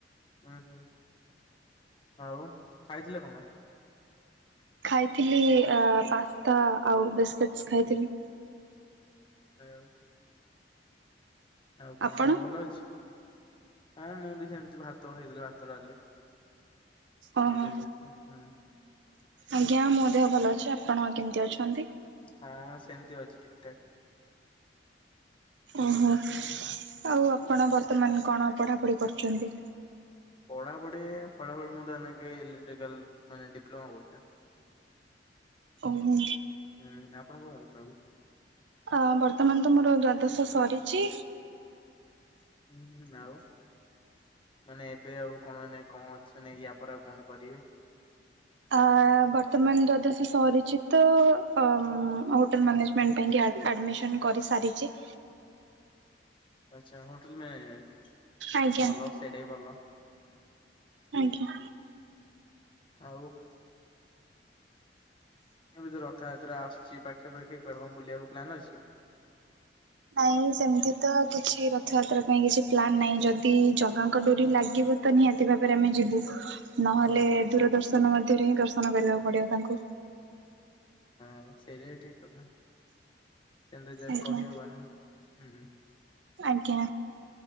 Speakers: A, on the left; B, on the right.
A: ହୁଁ ହୁଁ ଆଉ ଖାଇଥିଲେ କଣ?
B: ଖାଇଥିଲି ଆ ପାସ୍ତା ଆଉ ବିସ୍କିଟି ଖାଇଥିଲି।
A: ଆଉ ଆଉ କଣ
B: ଆପଣ
A: ଦେହ ଭଲ ଅଛି ହଁ ମୁଁ ବି ସେମିତି ଭାତ ଖାଇ ଭାତ ଡାଲି।
B: ଓହୋ
A: ଆ <unintelligible> ହୁଁ।
B: ଆଜ୍ଞା ମୋ ଦେହ ଭଲ ଅଛି ଆପଣ କେମିତି ଅଛନ୍ତି?
A: ହଁ ସେମତି ଅଛି ଠିକ୍ ଠାକ୍।
B: ଓହୋ ଆଉ ଆପଣ ବର୍ତ୍ତମାନ କଣ ପଢାପଢି କରୁଛନ୍ତି?
A: ପଢ଼ାପଢି ପଢାପଢି ମୁଁ ତ ଏଇନାକେ ଇଲେକ୍ଟ୍ରିକାଲ ମାନେ ଡିପ୍ଲୋମା କରୁଛି।
B: ଓହୋ।
A: ହୁଁ ଆପଣ କଣ କରୁଛନ୍ତି?
B: ଅ ବର୍ତ୍ତମାନ ତ ମୋର ଦ୍ଵାଦଶ ସରିଛି।
A: ହୁଁ ହୁଁ ଆଉ। ମାନେ ଏବେ ଆଉ କଣ ମାନେ କଣ ଅଛି ନାଇ ୟା ପରେ ଆଉ କଣ କରିବେ।
B: ଆ ବର୍ତ୍ତମାନ ଦ୍ୱାଦଶ ସରିଛି ତ ଅ ହୋଟେଲ ମ୍ୟାନେଜ <unintelligible> ଆ-ଆଡ଼ମିସନ କରିସାରିଛି।
A: ଆଚ୍ଛା ହୋଟେଲ ମ୍ୟାନେଜମେଣ୍ଟ
B: ଆଜ୍ଞା
A: ଭଲ ସେଇଟା ଭଲ।
B: ଆଜ୍ଞା।
A: ଆଉ ଏବେ ତ ରଥଯାତ୍ରା ଆସୁଛି ପାଖାପାଖି କୁଆଡେ କଣ ବୁଲିବାକୁ ପ୍ଲାନ୍ ଅଛି?
B: ନାଇଁ ସେମିତି ତ କିଛି ରଥଯାତ୍ରା ପାଇଁ କିଛି ପ୍ଲାନ୍ ନାହିଁ ଯଦି ଜଗାଙ୍କ ଡୋରି ଲାଗିବ। ତ ନିହାତି ଭାବରେ ଆମେ ଯିବୁ ନହେଲେ
A: ହୁଁ
B: ଦୂରଦର୍ଶନ ମଧ୍ୟରେ ହିଁ ଦର୍ଶନ କରିବାକୁ ପଡିବ ତାଙ୍କୁ।
A: ହଁ ସେଇଟା ବି ଠିକ କଥା ସେମିତି ଯା
B: ଆଜ୍ଞା
A: କହିହବନି ହୁଁ ହୁଁ।
B: ଆଜ୍ଞା